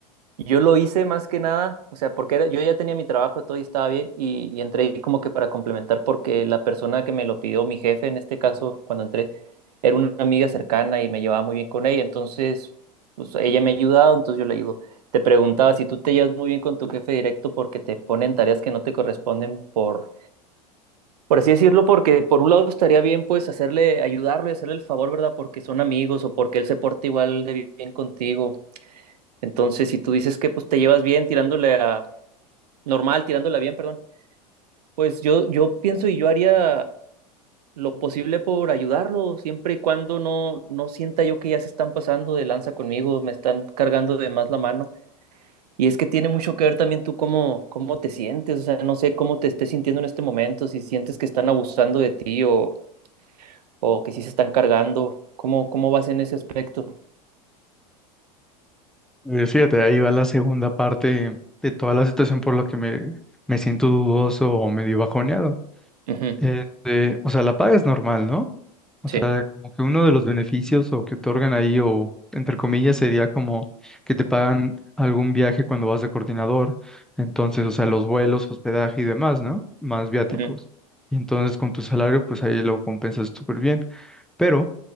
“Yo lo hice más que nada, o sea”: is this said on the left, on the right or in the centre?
Right